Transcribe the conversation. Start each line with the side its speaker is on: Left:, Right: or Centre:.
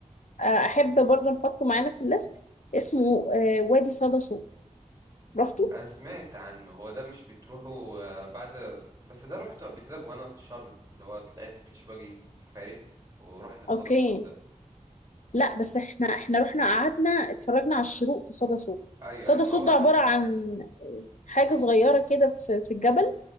Left: آه، احب برضه نحطه معانا في الليست اسمه آه، وادي صدى صوت رحتوا
Right: انا سمعت عنه هو ده مش بتروحوا آه، بعد بس ده روحته قبل كده وانا في شرم اللي هو طلعت بيتش باجي سفاري ورحنا صدى
Left: اوكي
Right: الصوت ده
Left: لا بس احنا احنا رحنا قعدنا اتفرجنا على الشروق في صدى صوت
Right: ايوه
Left: صدى
Right: ايوه ما
Left: صوت
Right: هو
Left: ده عباره
Right: ايوه
Left: عن حاجه
Right: امم
Left: صغيره كده في في الجبل